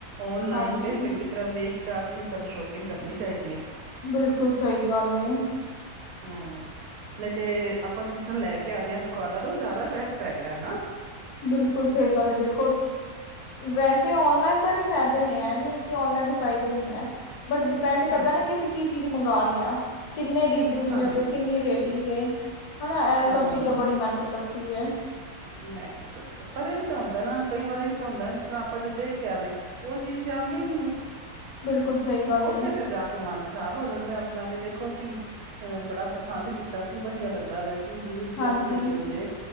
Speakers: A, on the right; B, on the left.
A: ਓਨਲਾਈਨ
B: ਹਾਂਜੀ
A: ਤੇ ਚੰਗੀ ਤਰਾਂ ਵੇਖ ਚਾਖ ਕੇ ਸਾਨੂੰ ਸ਼ੋਪਿੰਗ ਕਰਨੀ ਚਾਹੀਦੀ ਹੈ।
B: ਬਿਲਕੁਲ ਸਹੀ ਗੱਲ ਏ।
A: ਹੂੰ ਨਹੀਂ ਤੇ ਆਪਾਂ ਜਿਸ ਤਰ੍ਹਾਂ ਲੈ ਕੇ ਆਉਣੇ ਹਾਂ ਦੁਕਾਨਾਂ ਤੋਂ ਉਹ ਜ਼ਿਆਦਾ ਬੈਸਟ ਹੈਗਾ ਹਨਾ।
B: ਬਿਲਕੁਲ ਸਹੀ ਗੱਲ ਹੈ ਦੇਖੋ। ਵੈਸੇ ਔਨਲਾਈਨ ਦਾ ਵੀ ਫਾਇਦੇ ਨੇ ਇਹ ਨੀ ਕਿ ਔਨਲਾਈਨ ਦੇ ਫਾਇਦੇ ਨੀ ਹੈ। ਬਟ ਡਿਪੈਂਡ
A: ਹੂੰ
B: ਕਰਦਾ ਨਾ ਕਿ ਅਸੀਂ ਕੀ ਚੀਜ਼ ਮੰਗਾ ਰਹੇ ਹਾਂ ਕਿੰਨੇ ਦੀ
A: ਹਾਂਜੀ
B: ਦੇ ਕਿੰਨੀ ਰੇਟਿੰਗ ਏ ਹਨਾ ਇਹ
A: ਹਾਂ
B: ਸਭ
A: ਹਾਂ
B: ਚੀਜ਼ਾਂ ਬੜੀ ਮੈਟਰ ਕਰਦੀ ਹੈ।
A: ਮੈਟਰ ਕਰਦੇ ਪਰ ਇਹ ਵੀ ਤਾਂ ਹੁੰਦਾ ਨਾ ਕਈ ਵਾਰੀ ਇਹ ਵੀ ਹੁੰਦਾ ਨਾ ਜਿਸ ਤਰ੍ਹਾਂ ਆਪਾਂ ਜੋ ਦੇਖਿਆ ਆਵੇ ਉਹ ਚੀਜ਼ ਤਾਂ ਆਂਦੀ ਹੀ ਨੀ ਹੈ।
B: ਬਿਲਕੁਲ ਸਹੀ ਗੱਲ
A: ਉੱਥੇ
B: ਏ
A: ਫਿਰ ਜਾ ਕੇ ਮਨ ਖ਼ਰਾਬ ਹੋ ਜਾਂਦਾ ਆਪਣਾ ਵੀ ਦੇਖੋ ਅਸੀ ਅ ਬੜਾ ਪਸੰਦ ਕੀਤਾ ਸੀ ਵਧੀਆ ਲੱਗਦਾ ਪਿਆ ਸੀ ਵਿਊਜ ਵੀ
B: ਹਾਂਜੀ।
A: ਅੱਛੇ ਸੀ ਉਹਦੇ